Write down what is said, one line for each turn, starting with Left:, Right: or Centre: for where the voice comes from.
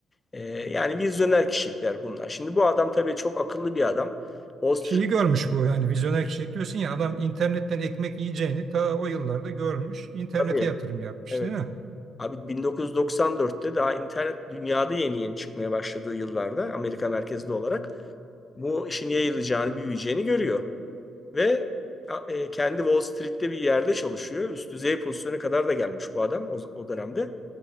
Left: Ee, yani vizyoner kişilikler bunlar. Şimdi bu adam tabii çok akıllı bir adam. Wall Street
Right: şeyi görmüş bu yani vizyoner kişilik diyorsun ya adam internetten ekmek yiyeceğini ta o yıllarda görmüş internete
Left: tabii
Right: yatırım yapmış
Left: evet.
Right: değil mi?
Left: Abi 1994'te daha internet dünyada yeni yeni çıkmaya başladığı yıllarda Amerika merkezli olarak bu işin yayılacağını, büyüyeceğini görüyor. Ve e, kendi Wall Street'te bir yerde çalışıyor. Üst düzey pozisyona kadar da gelmiş bu adam o, o dönemde.